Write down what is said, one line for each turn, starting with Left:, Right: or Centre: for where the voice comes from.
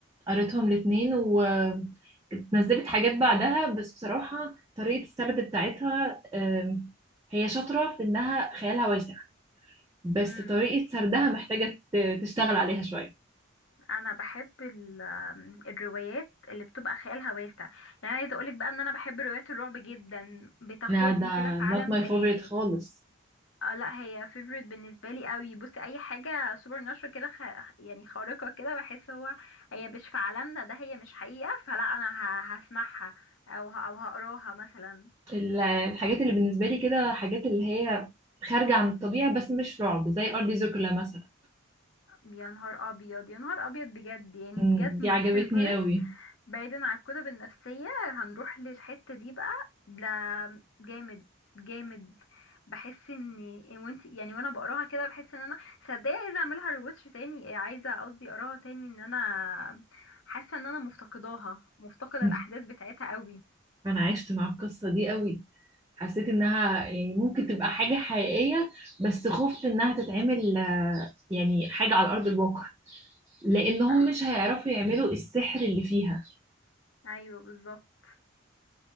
Right: قريتهم الاتنين ونزلت حاجات بعدها بس بصراحة طريقة السرد بتاعتها آم، هي شاطرة في إنها خيالها واسع بس
Left: مم.
Right: طريقة سردها محتاجة ت- تشتغل عليها شوية
Left: أنا بحب ال- آم، الروايات اللي بتبقى خيالها واسع يعني عايزة أقولك بقى إن أنا بحب روايات الرعب جدا بتاخدني
Right: لا ده
Left: كده في عالم
Right: not my
Left: تاني
Right: favorite خالص
Left: اه لا هي فيفورت بالنسبة لي قوي بصي أي حاجة سوبر ناتشورال كده خ... يعني خارقة كده بحس هو هي مش في عالمنا ده هي مش حقيقة فلا أنا ه... هسمعها أو ه... أو هقراها مثلا
Right: ال- الحاجات اللي بالنسبة لي كده حاجات اللي هي خارجة عن الطبيعة بس مش رعب زي أرضي زوكولا مثلا
Left: يا نهار ابيض يا نهار ابيض بجد يعني
Right: مم،
Left: بجد
Right: دي
Left: ماي
Right: عجبتني
Left: فيفورت
Right: قوي
Left: بعيدا عن الكتب النفسية هنروح للحتة دي بقى لا جامد جامد بحس ان إن وانت يعني وانا بقراها كده بحس ان انا صدقني عايزه اعملها ريواتش تاني عايزه قصدي اقراها تاني ان انا حاسه ان انا مفتقداها مفتقده
Right: <laughs>
Left: الاحداث بتاعتها قوي
Right: أنا عشت مع القصة دي قوي حسيت انها يعني ممكن تبقى حاجة حقيقية بس خفت انها تتعمل آه، يعني حاجة على ارض الواقع لانهم
Left: لا حقيقي.
Right: مش هيعرفوا يعملوا السحر اللي فيها
Left: ايوه بالظبط